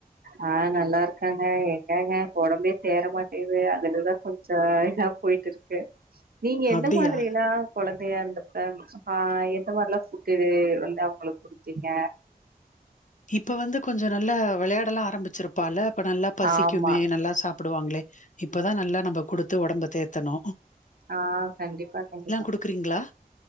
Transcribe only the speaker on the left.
அப்டியா
இப்ப வந்து கொஞ்சம் நல்லா விளையாடலாம் ஆரம்பிச்சிருப்பால நல்லா பசிக்குமே
நல்லா சாப் கூப்படுவாங்களே இப்பதான் நல்லா நம்ம குடுத்து உடம்ப தேரத்தணும்
குடுக்குறீங்களா?